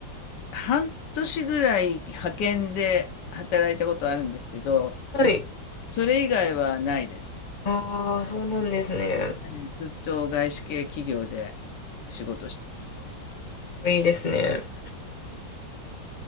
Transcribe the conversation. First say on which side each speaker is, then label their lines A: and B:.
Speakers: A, on the left; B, on the left.
A: 半年ぐらい派遣で働いたことあるんですけど、
B: はい。
A: それ以外はないです。
B: ああ、そうなんですね。かっ
A: はいずっと外資系企業で仕事してます。
B: こいいですね。